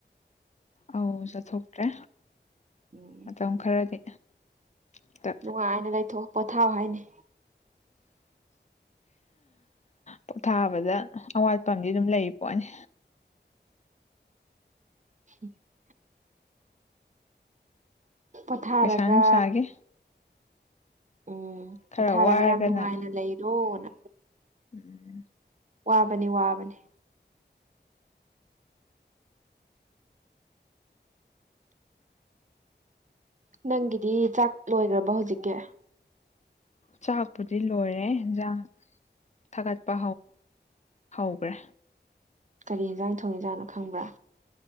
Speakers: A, on the left (about 40°); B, on the right (about 40°).
A: ꯑꯧ ꯆꯠꯊꯣꯛꯇ꯭ꯔꯦ
B: ꯎꯝ
A: ꯃꯇꯝ ꯈꯔꯗꯤ ꯍꯦꯛꯇ
B: ꯅꯨꯡꯉꯥꯏꯅ ꯂꯩꯊꯣꯛ ꯄꯣꯊꯥꯎ ꯍꯥꯏꯅꯤ
A: ꯄꯣꯊꯥꯕꯗ ꯑꯋꯥꯠꯄ ꯑꯃꯗꯤ ꯑꯗꯨꯝ ꯂꯩ ꯄꯣꯠꯅꯤ
B: <unintelligible> ꯄꯣꯊꯥꯔꯒ
A: ꯄꯩꯁꯥ ꯅꯨꯡꯁꯥꯒꯤ
B: ꯎꯝ
A: ꯈꯔ
B: ꯄꯣꯊꯥꯔꯒ
A: ꯋꯥꯔꯒꯅ
B: ꯌꯥꯝ ꯅꯨꯡꯉꯥꯏꯅ ꯂꯩꯔꯣꯅ
A: ꯎꯝ
B: ꯋꯥꯕꯅꯤ ꯋꯥꯕꯅꯤ ꯅꯪꯒꯤꯗꯤ ꯆꯥꯛ ꯂꯣꯏꯈ꯭ꯔꯕ ꯍꯧꯖꯤꯛꯀꯤ
A: ꯆꯥꯛꯄꯨꯗꯤ ꯂꯣꯏꯔꯦ ꯌꯦꯟꯖꯥꯡ ꯊꯥꯒꯠꯄ ꯍꯧꯈ꯭ꯔꯦ
B: ꯀꯔꯤ ꯌꯦꯟꯖꯥꯡ ꯊꯣꯡꯏ ꯖꯥꯠꯅꯣ ꯈꯪꯕ꯭ꯔꯥ